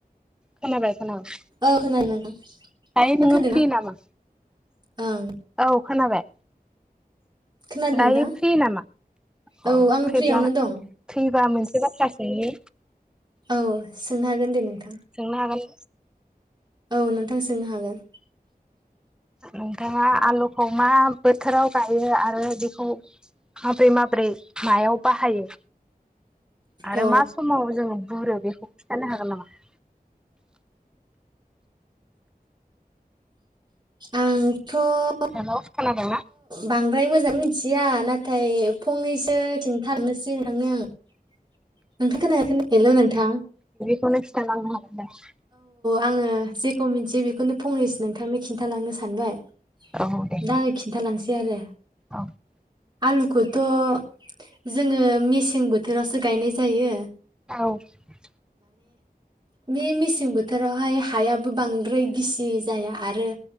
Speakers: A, in the centre; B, on the right (about 25°).
A: खोनाबाय खोनाबाय।
B: औ खोनादों नोंथां।
A: दायो नोङो
B: खोनादोंना
A: फ्रि नामा?
B: ओं।
A: औ खोनाबाय
B: खोनादों
A: दायो
B: नोंथां
A: फ्रियो नामा
B: औ
A: अ
B: आङो
A: फ्रिब्ला
B: फ्रियावनो
A: -फ्रिबा
B: दं
A: मोनसे मोनसे बाथ्रासोंनि
B: औ सोंनो हागोन दे नोंथां।
A: सोंनो हागोन।
B: औ नोंथां सोंनो हागोन।
A: नोंथाङा आलुखौ मा बोथोराव गायो आरो बेखौ माबोरै माबोरै मायाव बाहायो? आरो
B: अ
A: मा समाव जोङो बुरो बेखौ खिन्थानो हागोन नामा? <inaudible>
B: आं थ' थ'
A: हेलौ खोनादोंना
B: बां ओमफ्राय मोजां मिथिया नाथाय फंनैसो खिन्थारनोसै नोंथांनो आं । नोंथां खोनादोना खोनायाखै हेलौ नोंथां ।
A: खौनो खिथा लांनो हागोन दा ।
B: आङो जेखौ मिथियो बेखौ बेखौनो फंसै नोंथांनि खिन्थालांनो सानबाय ।
A: औ दे
B: दा खिन्थालांनोसै आरो
A: औ
B: आलुखौ द' जोङो मि सें बोथोरावसो गायनाय जायो
A: औ ।
B: बि मिसिं सें बोथोरावहाय हायाबो बांद्राय गिसि जाया आरो